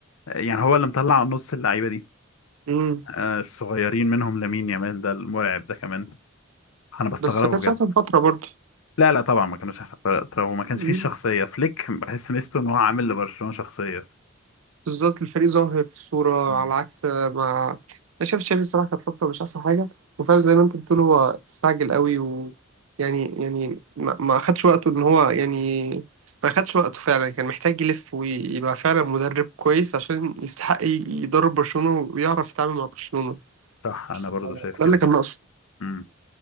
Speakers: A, on the left; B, on the right.
A: يعني هو اللي مطلع نص اللعيبه دي
B: امم
A: آه، الصغيرين منهم لامين يامال ده المرعب ده كمان انا بستغربه
B: بس ما كانتش
A: بجد
B: احسن فتره برضه
A: لا لا طبعا ما كانوش احسن فرقة. طب وما كانش
B: مم.
A: فيه الشخصيه فليك بحس ميزته ان هو عامل لبرشلونه شخصيه
B: بالظبط الفريق ظاهر في الصورة
A: مم.
B: على عكس ما أنا شايف تشافي الصراحة كانت فترة مش أحسن حاجة وفعلا زي ما أنت بتقول هو استعجل قوي و يعني يعني ما ما أخدش وقته إن هو يعني ما أخدش وقته فعلا كان محتاج يلف ويبقى فعلا مدرب كويس عشان يستحق ي- يدرب برشلونة ويعرف يتعامل مع برشلونة
A: صح انا
B: ف-
A: برضو شايف كده
B: ده اللي
A: كده
B: كان ناقصه
A: مم.